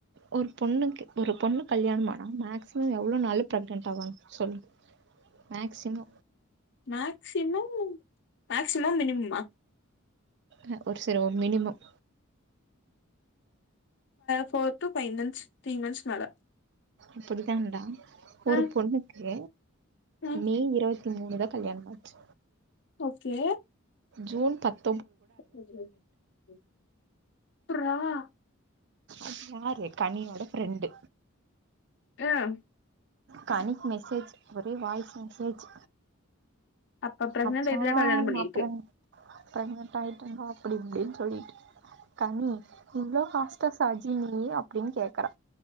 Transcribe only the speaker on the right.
ஒர் பொண்ணுக்கு ஒரு பொண்ணு கல்யாண்மானா மேக்ஸிமு எவ்ளோ நாள் ப்ரெக்னெட் ஆவாங் சொல்லு மேக்சிமம்
அ ஒரு சரி ஒரு minimum
அப்டிதான்டா ஒரு
பொண்ணுக்கு
மே இருவத்தி மூணு தா கல்யாணமாச்சு
ஜூன் பத்
அது யாரு கனியோட ஃப்ரெண்டு
கனிக்கு மெசேஜ் ஒரே வாய்ஸ் மெசேஜ்
மச்சா
நா ப்ரெக்னன்ட் ஆயிட்டேன்டா அப்டி இப்டின்னு சொல்லிட்டு கனி இவ்ளோ பாஸ்டா சாஜி நீ அப்டின்னு கேக்குற